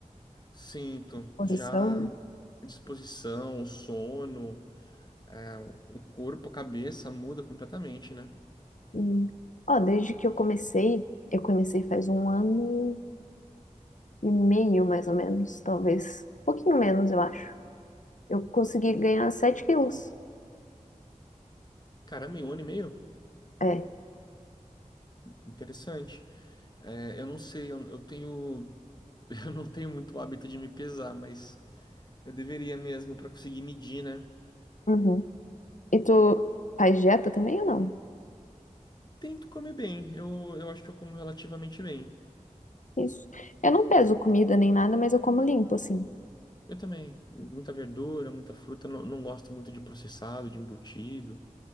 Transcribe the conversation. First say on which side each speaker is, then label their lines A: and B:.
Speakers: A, on the left; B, on the left.
A: Sinto
B: posição?
A: já a disposição, o sono, é, o corpo, a cabeça muda completamente, né?
B: Hum. Ó, desde que eu comecei, eu comecei faz um ano... e meio, mais ou menos, talvez. Um pouquinho menos, eu acho. Eu consegui ganhar 7 quilos.
A: Caramba, em um ano e meio?
B: É.
A: Interessante. É, eu não sei, eu, eu tenho, <laughs> eu não tenho muito hábito de me pesar, mas eu deveria mesmo pra conseguir medir, né?
B: Uhum. E tu faz dieta também ou não?
A: Tento comer bem, eu, eu acho que eu como relativamente bem.
B: Isso. Eu não peso comida nem nada, mas eu como limpo, assim.
A: Eu também, muita verdura, muita fruta, não, não gosto muito de processado, de embutido.